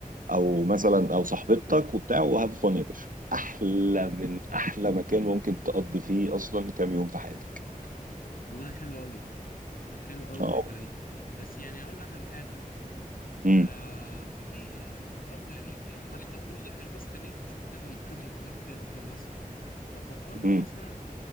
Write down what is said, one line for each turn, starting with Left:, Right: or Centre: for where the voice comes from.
Right: او مثلا او صاحبتك وبتاع وهاف فun يا باشا احلى من احلى مكان ممكن تقضي فيه اصلا كام يوم في حياتك
Left: والله حلو أوي حلو أوي
Right: اه
Left: الفكرة دي بس يعني أقول لك على حاجة آه
Right: امم
Left: في برضه يعني هو اللي أنت بتقوله ده حلو بس خليني أشوف كذا كذا مقترح كده داخل مصر لو فكرنا
Right: امم
Left: مثلا